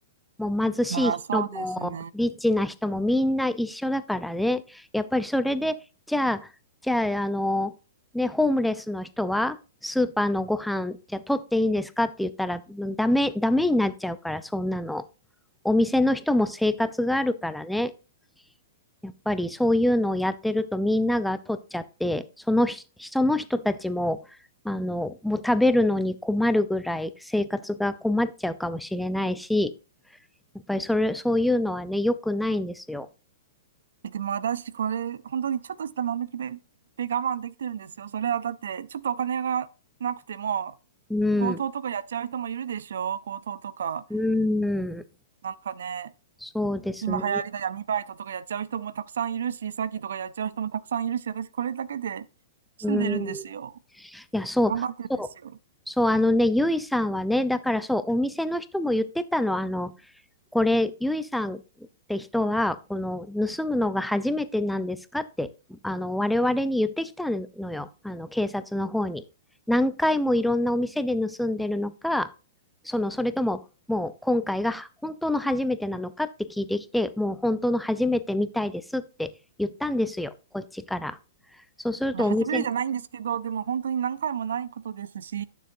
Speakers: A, in the centre; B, on the right.
A: もう貧しい人も、
B: まあ、そうですね。
A: リッチな人もみんな一緒だからね、やっぱりそれで、じゃあ、じゃあ、あの、ね、ホームレスの人は、スーパーのご飯、じゃあ取っていいんですかって言ったら、ダメ、ダメになっちゃうから、そんなの。お店の人も生活があるからね、やっぱりそういうのをやってるとみんなが取っちゃって、そのひ、その人たちも、あの、もう食べるのに困るぐらい生活が困っちゃうかもしれないし、やっぱりそれ、そういうのはね、良くないんですよ。
B: えでも私、これ、本当にちょっとした間抜きで、で我慢できてるんですよ。それはだって、ちょっとお金がなくても、
A: うん。
B: 強盗とかやっちゃう人もいるでしょ強盗とか。
A: うん。
B: なんかね、
A: そうですね。
B: 今流行りの闇バイトとかやっちゃう人もたくさんいるし、詐欺とかやっちゃう人もたくさんいるし、私これだけで住んでるんですよ。
A: うん。いや、そう、
B: 頑張ってるんですよ。
A: そう。そう、あのね、ゆいさんはね、だからそう、お店の人も言ってたの、あの、これ、ゆいさんって人は、この盗むのが初めてなんですかって、あの、我々に言ってきたのよ。あの、警察の方に。何回もいろんなお店で盗んでるのか、その、それとも、もう今回が本当の初めてなのかって聞いてきて、もう本当の初めてみたいですって言ったんですよ、こっちから。そうするとお店、
B: いや、初めてじゃないんですけど、でも本当に何回もないことですし、